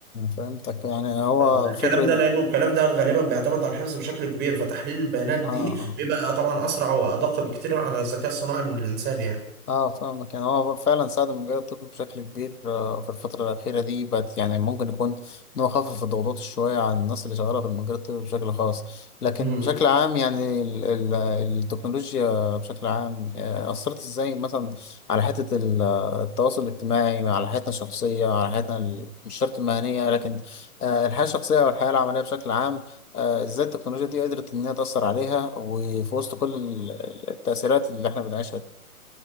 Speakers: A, on the left (about 85°); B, on the right (about 20°).
A: فهمتك يعني هو
B: آه، الكلام
A: فكرة
B: ده لانه الكلام ده غالبا بيعتمد على الحفظ بشكل كبير فتحليل البيانات دي
A: اه آه.
B: بيبقى طبعا اسرع وادق بكتير على الذكاء الصناعي من الانسان يعني
A: اه فاهمك يعني هو فعلا ساعد المجال الطبي بشكل كبير آه، في الفترة الأخيرة دي بقت يعني ممكن يكون إن هو خفف الضغوطات شوية عن الناس اللي شغالة في المجال الطبي بشكل خاص لكن
B: امم
A: بشكل عام يعني ال- ال- التكنولوجيا بشكل عام آه، أثرت إزاي مثلا على حتة ال- التواصل الاجتماعي على حياتنا الشخصية على حياتنا ال- مش شرط المهنية لكن آه، الحياة الشخصية والحياة العملية بشكل عام آه، إزاي التكنولوجيا دي قدرت إن هي تأثر عليها وفي وسط كل ال- التأثيرات اللي إحنا بنعيشها